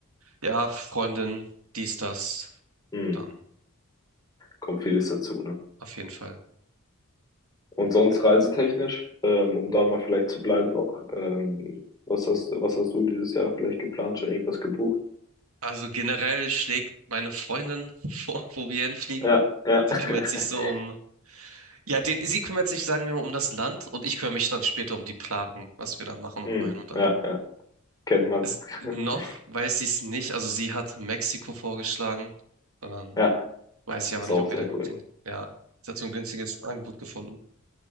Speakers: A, on the right; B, on the left.
A: ja, Freundin, dies, das,
B: Hm.
A: und dann,
B: Kommt vieles dazu, ne?
A: auf jeden Fall.
B: Und sonst reisetechnisch, ähm, um da mal vielleicht zu bleiben auch, ähm, was hast, was hast du dieses Jahr vielleicht geplant, schon irgendwas gebucht?
A: Also generell schlägt meine Freundin vor, <laughs> wo wir hinfliegen.
B: Ja, ja.
A: Sie
B: <laughs>
A: kümmert sich so um, ja, den, sie kümmert sich, sagen wir mal, um das Land und ich kümmere mich dann später um die Planung, was wir dann machen und
B: Hm,
A: wohin und allem.
B: ja, ja. Kennt man.
A: Ist,
B: <laughs>
A: noch weiß ich es nicht, also sie hat Mexiko vorgeschlagen, sondern
B: Ja,
A: weiß ich aber
B: ist
A: nicht,
B: auch
A: ob
B: sehr
A: wir dahin
B: cool.
A: fliegen. Ja, sie hat so ein günstiges Angebot gefunden.